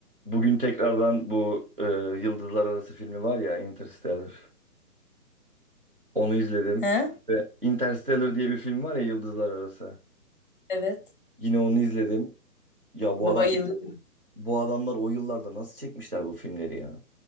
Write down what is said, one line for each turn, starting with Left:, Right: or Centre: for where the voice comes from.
Right: Bugün tekrardan bu e, Yıldızlar Arası filmi var ya Interstellar. Onu izledim.
Left: He?
Right: Ve Interstellar diye bir film var ya Yıldızlar Arası.
Left: Evet.
Right: Yine onu izledim. Ya bu
Left: Bayılıyorum.
Right: adam bu adamlar o yıllarda nasıl çekmişler bu filmleri ya?